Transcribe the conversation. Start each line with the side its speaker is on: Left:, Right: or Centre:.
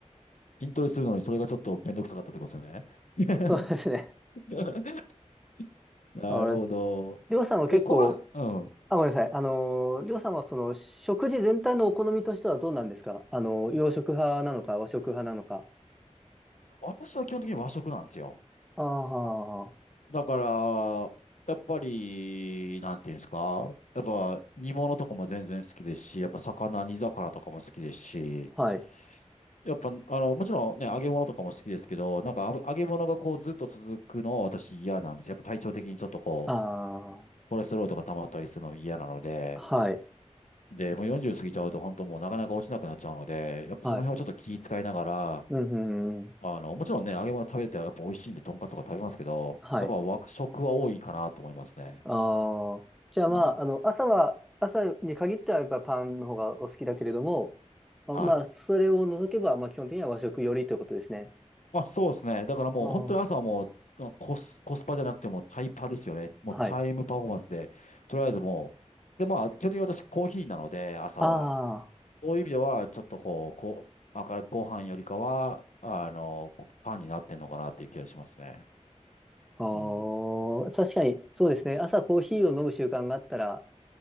Left: 筋トレするのにそれがちょっとめんどくさかったってことですよね。<laughs>
Centre: そうですね。
Left: なるほど。
Centre: はい。りょうさんは結構、
Left: え、ご飯、うん。
Centre: あ、ごめんなさい。あのー、りょうさんはその食事全体のお好みとしてはどうなんですかあの、洋食派なのか和食派なのか。
Left: 私は基本的に和食なんですよ。
Centre: ああ、
Left: だから、やっぱり、なんていうんですか。やっぱ煮物とかも全然好きですし、やっぱ魚、煮魚とかも好きですし、
Centre: はい。
Left: やっぱ、あの、もちろんね、揚げ物とかも好きですけど、なんかあ揚げ物がこうずっと続くのは私嫌なんです。やっぱ体調的にちょっとこ
Centre: ああ、
Left: コレステロールとか溜まったりするのも嫌なので、
Centre: はい。
Left: で、もう40過ぎちゃうと本当もうなかなか落ちなくなっちゃうので、やっぱその辺をちょっと気遣いながら、
Centre: はい。うん、うん、うん。
Left: あの、もちろんね、揚げ物食べてやっぱ美味しいんで、とんかつとか食べますけど、
Centre: はい。
Left: やっぱ和食は多いかなと思いますね。
Centre: ああ、じゃあまあ、
Left: うん。
Centre: あの、朝は、朝に限ってはやっぱパンの方がお好きだけれども、あまあ、
Left: はい。
Centre: それを除けば、まあ、基本的には和食よりということですね。
Left: まあそうですね。だからもう本当に朝はもう、
Centre: あー
Left: まあコス、コスパじゃなくてもうタイパですよね。もうタイムパフォーマンスで、
Centre: はい。
Left: とりあえずもう、で、まあ、基本的に私コーヒーなので、朝は。
Centre: ああ、
Left: そういう意味では、ちょっとこう、こう、あからご飯よりかは、あの、パンになってんのかなっていう気がしますね。
Centre: あ
Left: うん。
Centre: ー確かに、そうですね。朝コーヒーを飲む習慣があったら、